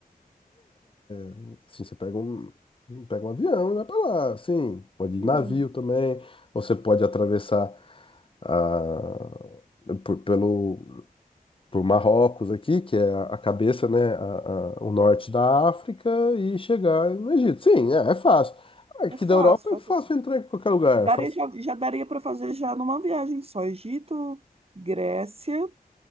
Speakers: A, on the left; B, on the right.
A: é, assim, você pega um, pega um avião e vai pra lá. Assim, pode ir
B: Sim,
A: de navio também. Ou você pode atravessar a, por- pelo. por Marrocos aqui, que é a a cabeça, né, a- a- o norte da África, e chegar no Egito. Sim, é, é fácil. Aqui
B: é fácil,
A: da Europa
B: fácil.
A: é fácil entrar em qualquer lugar.
B: Daria,
A: é fácil.
B: já, já daria para fazer já numa viagem só. Egito, Grécia